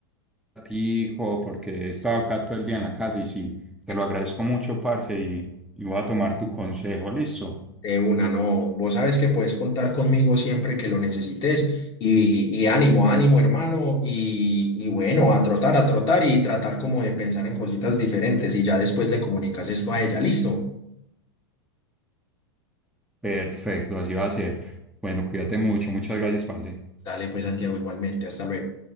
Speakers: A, in the centre; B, on the left (about 35°).
A: ratico porque he estado acá todo el día en la casa y sí, te
B: Ex-
A: lo agradezco mucho, parce, y, y voy a tomar tu consejo, listo.
B: De una, no, vos sabes que puedes contar conmigo siempre que lo necesites y, y ánimo, ánimo hermano y, y bueno, a trotar, a trotar y tratar como de pensar en cositas diferentes y ya después le comunicas esto a ella, listo.
A: Perfecto, así va a ser. Bueno, cuídate mucho, muchas gracias, parce.
B: Dale pues Santiago igualmente, hasta luego.